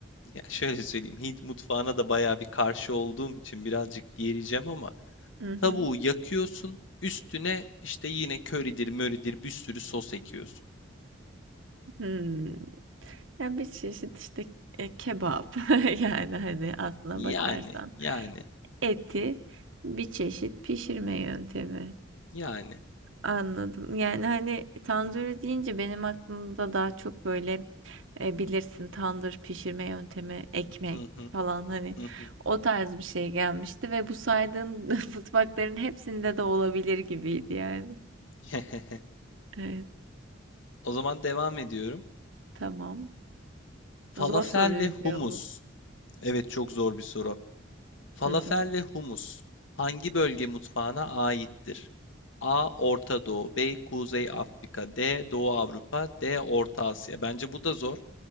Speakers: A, on the left; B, on the right.
A: ya şöyle söyleyeyim, Hint mutfağına da bayağı bir karşı olduğum için birazcık yereceğim ama
B: Hı hı.
A: tavuğu yakıyorsun, üstüne işte yine köridir, möridir bir sürü sos ekiyorsun.
B: Hmm. Ya bir çeşit işte e, kebap. <laughs> Yani hani aslına
A: Yani,
B: bakarsan
A: yani,
B: eti bir çeşit pişirme yöntemi.
A: yani.
B: Anladım. Yani, hani, tandır deyince benim aklımda daha çok, böyle, eee, bilirsin tandır pişirme yöntemi, ekmek
A: Hı hı,
B: falan, hani,
A: hı hı.
B: o tarz bir şey gelmişti ve bu saydığın <laughs> mutfakların hepsinde de olabilir gibiydi yani.
A: <laughs>
B: Evet,
A: O zaman devam ediyorum.
B: tamam.
A: Falafel
B: Zor soruydu
A: ve humus.
B: ya bu.
A: Evet çok zor bir soru. Falafel
B: Hı hı.
A: ve humus hangi bölge mutfağına aittir? A. Orta Doğu, B. Kuzey Afrika, D. Doğu Avrupa, D. Orta Asya. Bence bu da zor.